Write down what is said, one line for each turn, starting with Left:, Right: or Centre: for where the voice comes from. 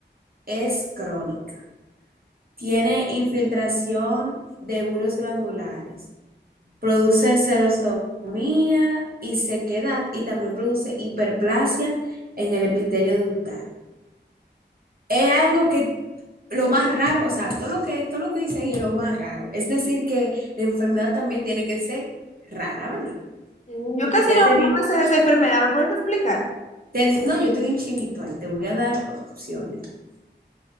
Right: es crónica, tiene infiltración de bulos glandulares, produce serostomía y sequedad y también produce hiperplasia en el epitelio ductal. Es algo que lo más raro, o sea, todo lo que, todo lo que dice ahí es lo más raro. Es decir, que la enfermedad también tiene que ser rara, ¿verdad?
Left: Yo casi
Right: Ya
Left: no,
Right: te di,
Left: no me sé de esa enfermedad, ¿me puedes explicar?
Right: te di- no, yo te di un chivito ahí, te voy a dar opciones.